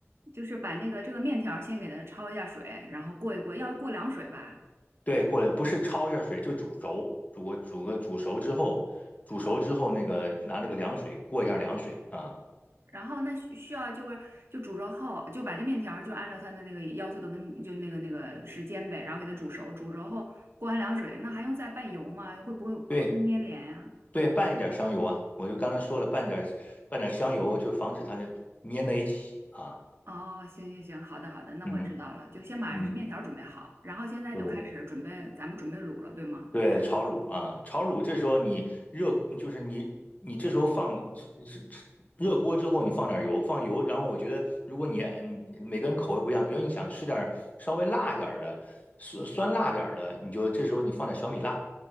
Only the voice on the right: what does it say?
就是把那个这个面条儿先给它焯一下水，然后过一过，要过凉水吧，
然后那需需要就是就煮熟后，就把这面条儿就按照它的那个要求的温，就那个那个时间呗，然后给它煮熟，煮熟后过完凉水，那还用再拌油吗？会不会会不会粘连呀、
哦，行行行，好的好的，那我知道了，
就先把面条儿准备好，
然后现在就开始准备，
咱们准备卤了，对吗？